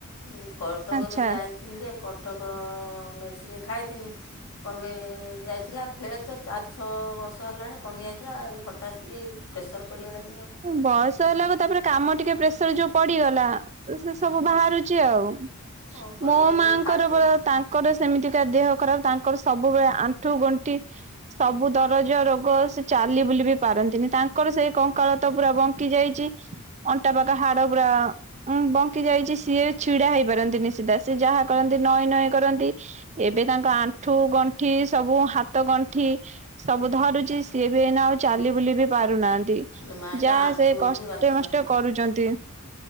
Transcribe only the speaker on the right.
ଆଚ୍ଛା
ବୟସ ହେଲାକୁ ତାପରେ କାମ ଟିକେ ପ୍ରେସର ଯୋଉ ପଡିଗଲା ଏ ସେ ସବୁ
ବାହାରୁଛି ଆଉ।
ମୋ
ମାଙ୍କର
ପରା ତାଙ୍କର ସେମିତିକା ଦେହ ଖରାପ ତାଙ୍କ ଙ୍କର ସବୁବେଳେ ଆଣ୍ଠୁ ଗଣ୍ଠି ସବୁ ଦରଜ ରୋଗ ସେ ଚାଲି ବୁଲି ବି ପାରନ୍ତିନି ତା ତାଙ୍କର ସେଇ କଙ୍କ ଙ୍କାଳ ତ ପୁରା ବଙ୍କି ଯାଇଛି ଅଣ୍ଟା ପାଖ ହାଡ ପୁରା ଉଁ ବଙ୍କି ଯାଇଛି ସିଏ ଛି ଛିଡ଼ା ହେଇପାରନ୍ତିନି ସିଧା ସେ ଯାହା କରନ୍ତି ନଈ ନଈ କରନ୍ତି ଏବେ ତାଙ୍କ ଆଣ୍ଠୁ ଗଣ୍ଠି ସ ସବୁ ହାତ ଗଣ୍ଠି ସବୁ ଧରୁଛି ସିଏ ବି ଏଇନା ଆଉ ଚାଲି ବୁଲି ବି ପାରୁନାହାନ୍ତି। କି
ଯାହା
ସେ
କଷ୍ଟେ
ମଷ୍ଟେ
କରୁଚନ୍ତି।